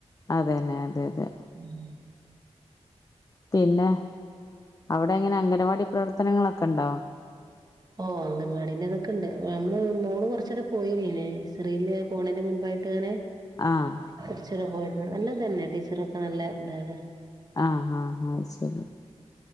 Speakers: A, on the left (about 30°); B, on the right (about 35°).
A: അതെന്നെ അതെ അതെ.
B: ഉം.
A: പിന്നെ അവിടെങ്ങനെ അംഗനവാടി പ്രവർത്തനങ്ങളൊക്കെ ണ്ടോ.
B: ഓഹ് അംഗൻവാടിൻ്റതൊക്കെണ്ട് നമ്മള് മോള് കൊർച്ചടെ പോയിനി നെ സെറീൽ പോണേൻ്റെ മുമ്പായി- എങ്ങനെ.
A: ആഹ്.
B: ടീച്ചറേ പോയിരുന്നു നല്ലത തന്നെ ടീച്ചറൊക്കെ നല്ല ഇതാണ്
A: ആഹ് ആഹ് ആഹ് അ ശരി